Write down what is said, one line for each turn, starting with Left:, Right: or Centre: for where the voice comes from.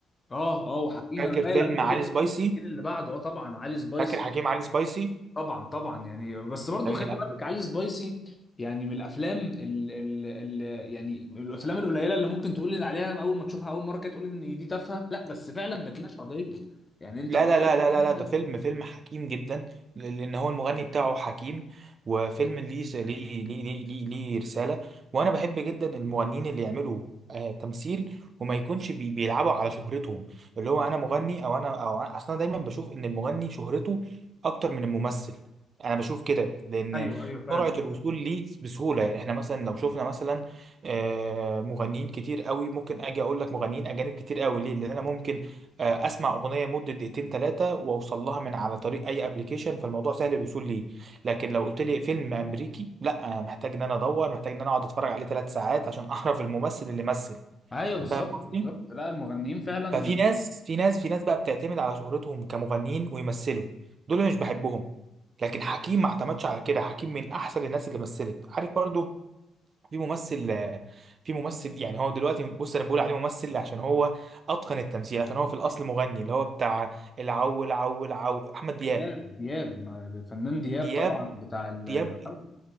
Left: اه اه وحكيم
Right: فاكر
Left: انا جاي
Right: فيلم
Left: لك برضه
Right: علي سبايسي
Left: في الجيل اللي بعده اه طبعا علي سبايسي
Right: فاكر حكيم علي سبايسي
Left: طبعا طبعا يعني بس برضه
Right: ده من
Left: خلي
Right: الافلام
Left: بالك علي سبايسي يعني من الافلام ال ال ال يعني من الافلام القليله اللي ممكن تقول لي عليها اول ما تشوفها اول مره كده تقول ان دي تافهه لا بس فعلا بتناقش قضيه يعني انت
Right: لا
Left: قضيه
Right: لا لا لا لا
Left: انت
Right: لا ده فيلم فيلم حكيم جدا لان هو المغني بتاعه حكيم وفيلم ليه س- ليه ليه ليه ليه, ليه رسالة وانا بحب جدا المغنيين اللي يعملوا آه تمثيل وما يكونش بي بيلعبوا على شهرتهم اللي هو انا مغني او انا او أنا- اصلا دايما بشوف ان المغني شهرته اكتر من الممثل انا بشوف كده لان
Left: ايوه ايوه فعلا
Right: سرعة الوصول ليه بسهولة يعني احنا مثلا لو شفنا مثلا آه مغنيين كتير قوي ممكن اجي اقول لك مغنيين اجانب كتير قوي ليه لان انا ممكن آه، اسمع اغنيه مده دقيقتين ثلاثه واوصل لها من على طريق اي ابلكيشن فالموضوع سهل الوصول ليه لكن لو قلت لي فيلم امريكي لا انا محتاج ان انا ادور محتاج ان انا اقعد اتفرج عليه ثلاث ساعات عشان <laughs> اعرف الممثل اللي مثل
Left: ايوه بالظبط
Right: فاهم قصدي
Left: بالظبط لا المغنيين فعلا
Right: ففي ناس في ناس في ناس بقى بتعتمد على شهرتهم كمغنيين ويمثلوا دول أنا مش بحبهم لكن حكيم ما اعتمدش على كده حكيم من احسن الناس اللي مثلت عارف برضو في ممثل في ممثل يعني هو دلوقتي بص انا بقول عليه ممثل عشان هو اتقن التمثيل عشان هو في الاصل مغني اللي هو بتاع العو العو العو احمد دياب
Left: دياب دياب ما- الفنان دياب
Right: دياب
Left: طبعا بتاع ال-
Right: دياب
Left: الحو-